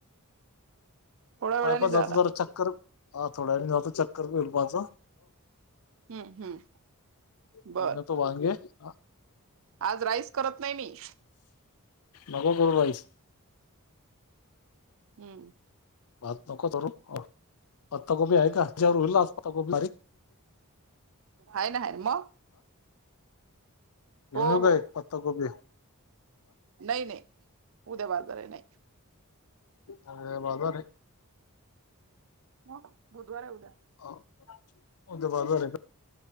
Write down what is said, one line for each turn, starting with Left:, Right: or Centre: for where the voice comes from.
Right: थोड्या वेळाने
Left: पायपाय
Right: जा
Left: जातो
Right: आता
Left: जरा चक्कर. हा थोड्या वेळाणी जाातो चक्कर बी होईल पहातो.
Right: हम्म् हम्म
Left: घेऊन
Right: बर
Left: येतो वांगे हा
Right: आज राईस करत नेमी.
Left: नगो करु कायचं.
Right: हम्म.
Left: भात नको करू.
Right: <unintelligible>
Left: पत्ताकोबी आहे का तेजवर हुईल ना पत्ताकोबी भाजी.
Right: हाय ना हाय ना मग
Left: घेूऊन
Right: हो
Left: येऊ
Right: हो
Left: काय पत्ता गोबी.
Right: नाही नाही उद्या बाजार आहे नाही.
Left: अे बाजरय.
Right: मग बुधवार हाय उद्या.
Left: आहे उद्या बाजार हेका.